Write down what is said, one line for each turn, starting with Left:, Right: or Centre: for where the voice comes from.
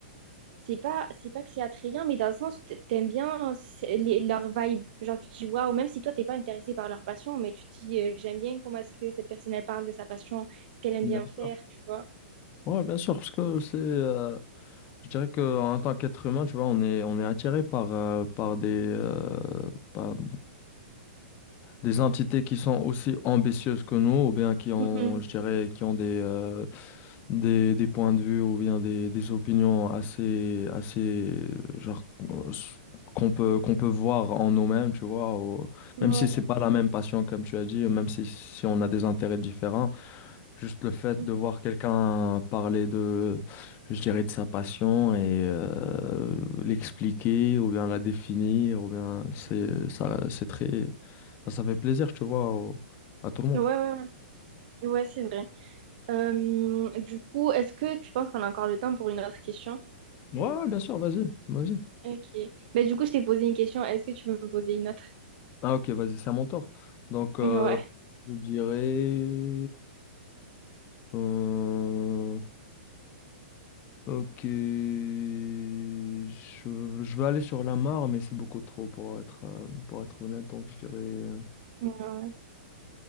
Right: c'est pas c'est pas que c'est attrayant, mais dans le sens t- t'aimes bien c'est- les- leur vibe. Genre tu te dis waouh, même si toi t'es pas intéressé par leur passion, mais tu te dis euh, j'aime bien comment est-ce que cette personne elle parle de sa passion, ce qu'elle aime
Left: Bien
Right: bien
Left: sûr.
Right: faire, tu vois.
Left: Ouais, bien sûr, parce que c'est, euh, Je dirais que en tant qu'être humain, tu vois, on est on est attiré par euh, par des euh, par des entités qui sont aussi ambitieuses que nous, ou bien qui ont,
Right: Mhm.
Left: je dirais, qui ont des euh, des, des points de vue ou bien des, des opinions assez assez euh, genre euh, s- qu'on peut qu'on peut voir en nous-mêmes, tu vois, ou-
Right: Ouais.
Left: même si c'est pas la même passion comme tu as dit, même si si on a des intérêts différents. Juste le fait
Right: Mhm.
Left: de voir quelqu'un parler de, je dirais, de sa passion et euh, l'expliquer ou bien la définir, ou bien c'est ça, c'est très, ben, ça fait plaisir, tu vois, au- à tout le monde.
Right: Ouais, ouais, ouais, Ouais, c'est vrai. Euh, du coup, est-ce que tu penses qu'on a encore le temps pour une autre question?
Left: Ouais,
Right: Ouais.
Left: bien sûr, vas-y, vas-y.
Right: Ok. Mais du coup, je t'ai posé une question. Est-ce que tu veux me poser une autre?
Left: Ah ok, vas-y, c'est à mon tour. Donc, euh,
Right: Ouais.
Left: je dirais, euh, ok, je, je vais aller sur la mare, mais c'est beaucoup trop pour être, euh, pour être honnête, donc je dirais. euh,
Right: Ouais.